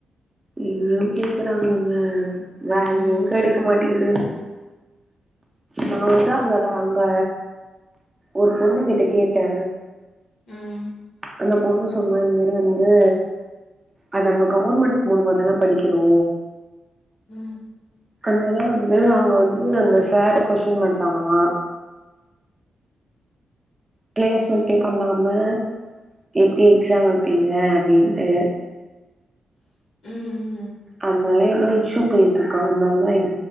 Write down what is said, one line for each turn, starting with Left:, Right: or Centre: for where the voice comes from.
Right: இன்னு கேக்கறாங்கங்க வேல்யூம்
Left: ம்
Right: கெடைக்க மாட்டிங்குது நா வந்து அங்கதா அங்க ஒரு பொண்ணு கிட்ட கேட்ட
Left: ம்
Right: அந்த பொண்ணு சொன்னா இந்த மார் வந்து அது நம்ம கவுர்மெண்ட் மூலமாதான படிக்கிறோ
Left: ம்
Right: அந்னால வந்து அவுங்க வந்து அந்த ஷேர கொஷ்டின் பன்றாங்ளா பிளேஸ்மண்ட்டே
Left: ம்
Right: பண்ணாம எப்டி எக்ஸாம் வப்பீங்க அப்டின்ட்டு
Left: ம் ம்
Right: அதுனால எதோ இஷ்யூ போயிட்ருக்கா அதனாலதா எக்ஸ்